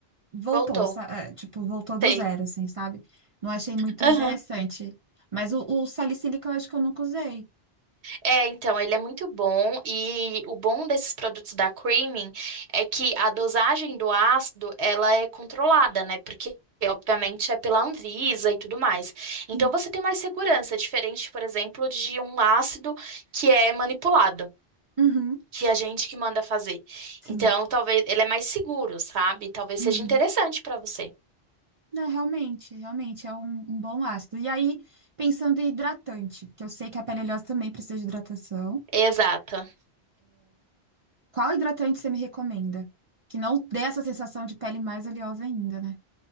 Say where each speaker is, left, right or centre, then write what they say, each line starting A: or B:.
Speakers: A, on the right; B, on the right.
A: voltou,
B: Voltou.
A: sa- é, tipo, voltou do
B: Sei.
A: zero, assim, sabe? Não achei muito
B: Aham.
A: interessante. Mas o, o salicílico eu acho que eu nunca usei.
B: É, então, ele é muito bom e o bom desses produtos da Creaming é que a dosagem do ácido, ela é controlada, né? Porque obviamente é pela Anvisa e tudo mais. Então
A: Sim.
B: você tem mais segurança, diferente, por exemplo, de um ácido que é manipulado.
A: Uhum,
B: Que é a gente que manda fazer.
A: sim.
B: Então, talvez ele é mais seguro, sabe? Talvez
A: Uhum.
B: seja interessante para você.
A: É, realmente, realmente é um, um bom ácido. E aí, pensando em hidratante, porque eu sei que a pele oleosa também precisa de hidratação.
B: Exato.
A: Qual hidratante você me recomenda? Que não dê essa sensação de pele mais oleosa ainda, né?